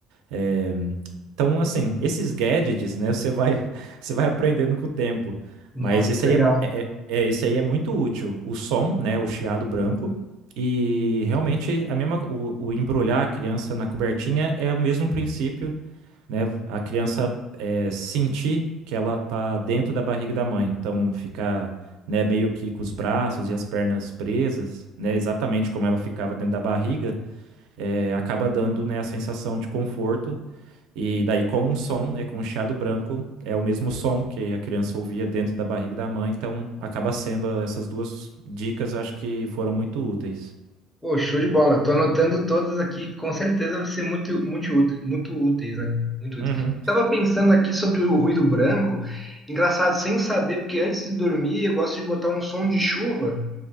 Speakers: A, on the right; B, in the centre.
A: é, então, assim, esses gadgets, né, você vai, <laughs> você vai aprendendo com o tempo.
B: nossa,
A: Mas esse
B: que legal.
A: aí é, é, é- é, esse aí é muito útil. O som, né, o chiado branco. E realmente a mesma, o, o embrulhar a criança na cobertinha é o mesmo princípio, né? A criança é, sentir que ela tá dentro da barriga da mãe. Então, ficar, né, meio que com os braços e as pernas presas, né, exatamente como ela ficava dentro da barriga, é, acaba dando, né, a sensação de conforto e daí com um som, né, com um chiado branco, é o mesmo som que a criança ouvia dentro da barriga da mãe, então acaba sendo essas duas dicas, eu acho que foram muito úteis.
B: Pô, show de bola. Tô anotando todas aqui, com certeza vai ser muito, muito, úte- muito úteis, né? Muito úteis.
A: Uhum,
B: Estava pensando aqui sobre o ruído branco. Engraçado, sem saber, porque antes de dormir eu gosto de botar um som de chuva.